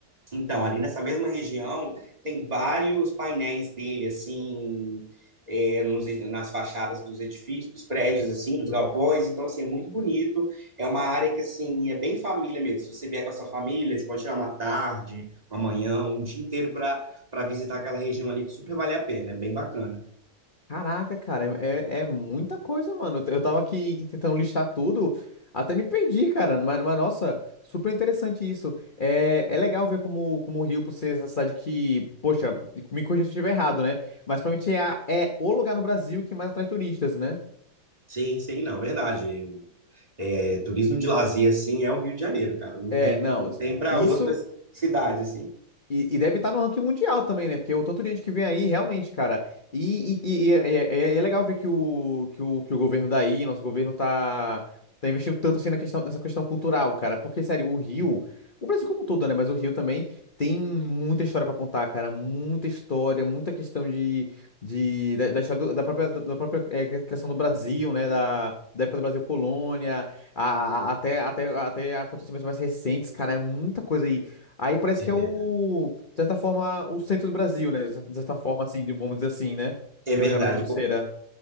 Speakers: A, on the right; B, on the left.
A: Então, ali nessa mesma região, tem vários painéis dele, assim, é, nos ed- nas fachadas dos edifícios, dos prédios, assim, dos galpões. Então, assim, é muito bonito. É uma área que, assim, é bem família mesmo. Se você vier com a sua família, você pode tirar uma tarde, uma manhã, um dia inteiro para para visitar aquela região ali, que super vale a pena. É bem bacana.
B: Caraca, cara, é, é é muita coisa, mano. Eu eu tava aqui tentando listar tudo, até me perdi, cara. Mas, mas, nossa, super interessante isso. É, é legal ver como, como o Rio, por ser essa cidade que, poxa, me corrija se eu estiver errado, né? Mas provavelmente é, a- é o lugar no Brasil que mais atrai turistas, né?
A: Sim, sim, não, verdade. É, turismo de lazer, assim, é o Rio de Janeiro, cara. Não
B: É,
A: tem,
B: não,
A: não tem para
B: isso.
A: outras cidades, assim.
B: E, e deve estar no ranking mundial também, né? Porque o tanto de gente que vem aí, realmente, cara. E, e- e- e é, é- é legal ver que o, que o, que o governo daí, nosso governo, tá, tá investindo tanto assim na questão, nessa questão cultural, cara. Porque, sério, o Rio, o Brasil como um todo, né? Mas o Rio também tem muita história pra contar, cara. Muita história, muita questão de, de, da, da história do- da própria, da própria eh, criação do Brasil, né? Da, da época do Brasil colônia, a- a- até, até, até acontecimentos mais recentes, cara. É muita coisa aí. Aí parece
A: É
B: que
A: verdade.
B: é o, de certa forma, o centro do Brasil, né? De certa forma, assim, de- vamos dizer assim, né?
A: É
B: De
A: verdade.
B: maneira mais grosseira.